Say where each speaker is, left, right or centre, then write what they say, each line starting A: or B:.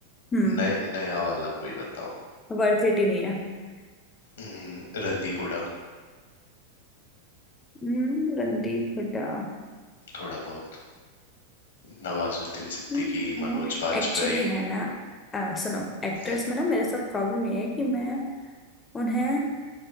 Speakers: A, on the left; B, on the left.
A: हम्म
B: नए नया वाला कोई बताओ
A: वर्थ इट ही नहीं है <laughs>
B: हम्म, रणदीप हुडा
A: हम्म, रणदीप हुड्डा
B: थोड़ा बहुत नवाजुद्दीन सिद्दीकी
A: ठीक है
B: मनोज बाजपेयी
A: एक्चुअली है ना आ, सुनो एक्टर्स
B: हम्म,
A: में ना मेरे साथ प्रॉब्लम ये है कि मैं उन्हें